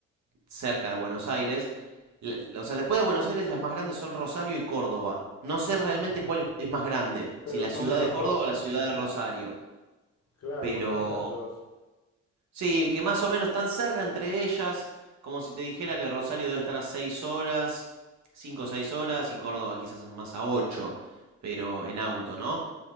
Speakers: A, on the right; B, on the left.
A: cerca de Buenos Aires. La- la- o sea, después de Buenos Aires, las más grandes son Rosario y Córdoba. No sé
B: ah.
A: realmente cuál es, es más grande,
B: Pero
A: si la
B: son
A: ciudad
B: esas
A: de Córdoba
B: dos.
A: o la ciudad de Rosario,
B: Claro,
A: pero...
B: pues son esas dos.
A: Sí, que más o menos están cerca entre ellas, como si te dijera que Rosario debe estar a 6 horas, 5 o 6 horas, y Córdoba quizás más a 8, pero en auto, ¿no?